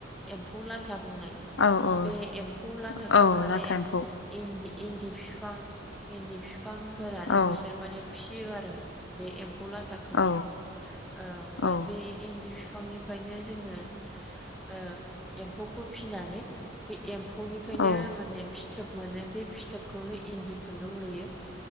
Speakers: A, in the centre; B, on the left.
A: एम्फौ ला था बुंनाय
B: औ औ
A: बे एम्फौ लाथाखौ
B: औ
A: माने
B: लाथा एम्फौ
A: इन्दि इन्दि फिफां इन्दि फि फां होनानै
B: औ
A: बिसोर माने फिसियो आरो बे एम्फौ लाथाखौ ओ
B: औ
A: ओमफाय
B: औ
A: बे इन दि फिफांनिफ्रायनो जोङो ओ एम्फौखौ फिसिनानै बे एम्फौ निफ्रायनो
B: औ
A: माने फिथोब मोनो बे फिथोबखौनो इन्दि खुन्दुं लुयो।